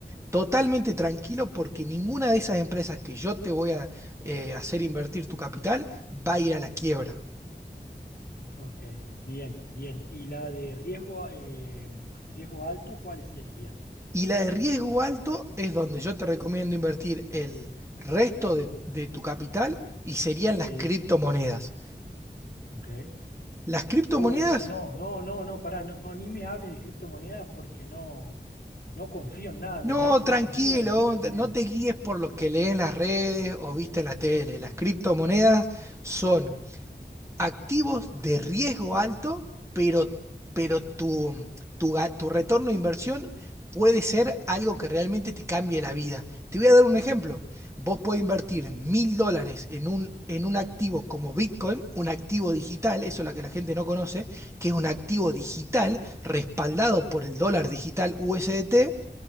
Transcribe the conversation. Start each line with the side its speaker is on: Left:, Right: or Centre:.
Right: Totalmente tranquilo porque ninguna de esas empresas que yo te voy a eh, hacer invertir tu capital va a ir a la quiebra.
Left: Ok, bien, bien. ¿Y la de riesgo, eh, riesgo alto, cuáles serían?
Right: Y la de riesgo alto es donde yo te recomiendo invertir el resto de, de tu capital y serían las
Left: Sí,
Right: criptomonedas.
Left: ok.
Right: Las criptomonedas,
Left: Uh, eso no, no, no, no, pará, no, no, ni me hables de criptomonedas porque no, no confío en nada.
Right: no,
Left: Me parece
Right: tranquilo,
Left: una mentira las criptomonedas.
Right: no te guíes por lo que lees en las redes o viste en la tele. Las criptomonedas son activos de riesgo alto, pero, pero tu, tu, ga- tu retorno de inversión puede ser algo que realmente te cambie la vida. Te voy a dar un ejemplo. Vos podés invertir mil dólares en un, en un activo como Bitcoin, un activo digital, eso es lo que la gente no conoce, que es un activo digital respaldado por el dólar digital USDT,